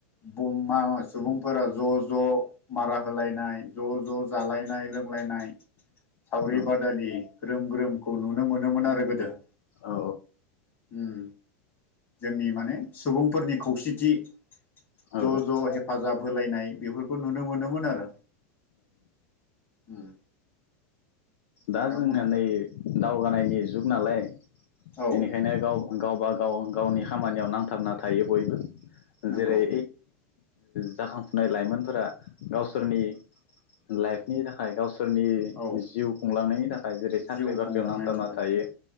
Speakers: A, on the left; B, on the left.
A: बुं मा सुबुंफोरा ज' ज' मारा होलायनाय ज' ज' जालायनाय लोंलायनाय, सावरि
B: औ
A: बादालि ग्रोम ग्रोमखौ नुनो मोनोमोन आरो गोदोव
B: औ
A: उम जोंनि माने सुबुंफोरनि खौसेथि
B: औ
A: ज' ज' हेफाजाब होलायनाय बेफोरखौ नुनो मोनोमोन आरो। उम। नोंथाङा
B: दा जोंना
A: बुंलाय
B: नै दावगानायनि जुग नालाय
A: औ
B: एनिखायनो गाव गावबा गाव गावनि खामानियाव नांथाबना थायो बयबो
A: नंगौ
B: जेरै जाखांफुनाय लाइमोनफोरा गावसोरनि लाइफनि थाखाय गावसो सोरनि
A: औ
B: जिउ खुंलांनायनि थाखाय जेरै साख्रि
A: जिउ
B: बाख्रियाव
A: खुंलांनायनि
B: नांथाबना
A: थाखाय
B: थायो